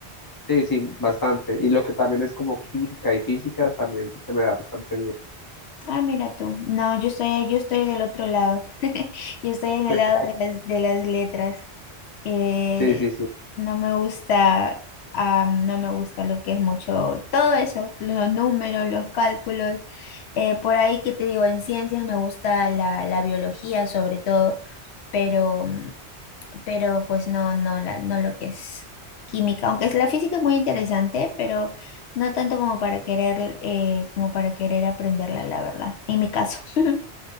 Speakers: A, on the left; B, on the left.
A: Sí, sí, bastante. Y lo que también es como química y física también se me da bastante bien.
B: Ah, mira tú. No, yo estoy, yo estoy del otro lado. <laughs> Yo estoy en el
A: <laughs>
B: lado de las, de las letras. eh,
A: Sí, sí, sí.
B: no me gusta, am, no me gusta lo que es mucho, todo eso, los números, los cálculos. eh, por ahí que te digo, en ciencias me gusta la, la biología sobre todo, pero, mm, pero pues no, no, la, no lo que es química, aunque es- la física es muy interesante, pero no tanto como para querer, eh, como para querer aprenderla, la verdad, en mi caso. <laughs>